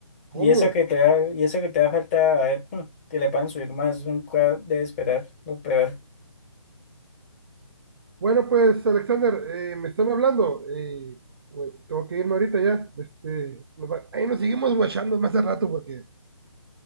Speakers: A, on the right; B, on the left.
A: ¿cómo?
B: Y eso que te va, y eso que te va a faltar, a ver, <laughs> que le puedan subir más, nunca debe esperar lo peor.
A: Bueno, pues Alexander, eh, me están hablando. eh, güey, tengo que irme ahorita ya. Este, nos va- ahí nos seguimos guachando más al rato porque